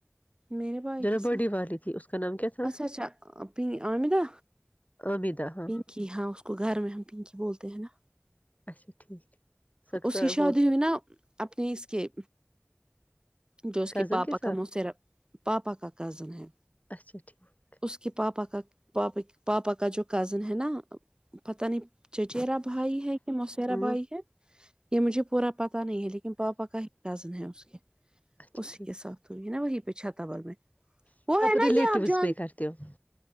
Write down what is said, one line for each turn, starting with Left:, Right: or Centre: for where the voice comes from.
Right: میرے بھائی
Left: جو نا
Right: کے ساتھ
Left: بڑی والی تھی اس کا نام کیا تھا
Right: اچھا اچھا پن آامدہ
Left: عامدہ ہاں
Right: پنکی ہاں اس کو گھر میں ہم پنکی بولتے تنا
Left: اچا ٹھیک سکتا
Right: اس کی شادی
Left: وہ
Right: ہوئی نا اپنے اس کے جو اس کے
Left: کزن
Right: پاپا
Left: ساتھ
Right: کا م سےرا پاپا کا کزن ہے
Left: اچھا ٹھیک
Right: اس کے پاپا کا پپ پاپا کا جو کزن ہے ہے نا پتہ نہیں چچیرا بھائی ہے کہ موسیرا
Left: ہوں
Right: بھائی ہے یہ مجھے پورا پتا نہیں ہے لیکن پاپا کا ہی رزن ہے اس کے
Left: اچھا
Right: اسی
Left: ٹھیک
Right: کے ساتھ ہوئی نا وہی پہ چھتور میں وہ ہے نا
Left: ریلیٹیوز
Right: یہ آپ جان
Left: میں کرتے ہو